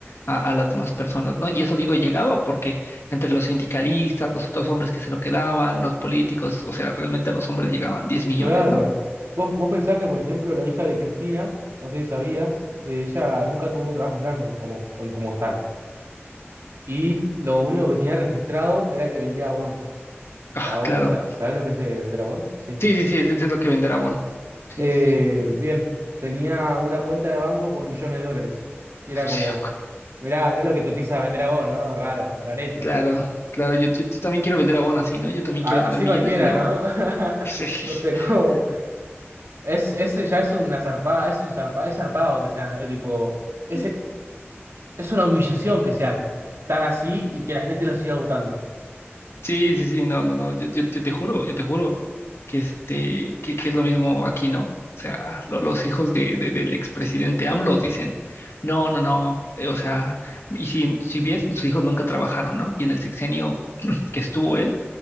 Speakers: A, on the left (about 65°); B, on the right (about 80°).
A: a, a las demás personas, ¿no? Y eso digo llegaba porque entre los sindicalistas, los otros hombres que se lo quedaban, los políticos, o sea, realmente a los hombres llegaban 10 millones,
B: Claro.
A: ¿no?
B: Vos, vos pensás que, por ejemplo, la hija de Cristina, no sé si sabías, eh, ella nunca tuvo un trabajo en blanco como, en- como tal. Y lo único que tenía registrado era que vendía abón.
A: Ah,
B: Abón,
A: claro.
B: sa- ¿sabés lo que es eh, vender abón? Sí.
A: Sí, sí, sí, eso es lo que venderá Bon. Sí,
B: Eh,
A: sí, sí.
B: bien, tenía una cuenta de banco con millones de dólares. Y era
A: Sí,
B: como, mirá, mirá lo que cotiza vender abón, ¿no? Raro, rarete.
A: Claro, claro, yo, yo, yo también quiero vender abón así, ¿no? Yo también
B: A-
A: quiero vender
B: así
A: millones
B: cualquiera,
A: en abón.
B: ¿no?
A: <laughs>
B: <laughs> Corte, como... Es, es- ya es una zarpada, es un zarpa- es zarpado que sea, eh, tipo... Ese,
A: Sí.
B: Es una humillación que sean tan así y que la gente los siga votando.
A: Sí, sí, sí, no, no, no, yo, yo, yo te juro, yo te juro que este, que, que es lo mismo aquí, ¿no? O sea, lo- los hijos de, de- del expresidente AMLO dicen, no, no, no, eh, o sea, y si, si bien sus hijos nunca trabajaron, ¿no? Y en el sexenio <clears throat> que estuvo él,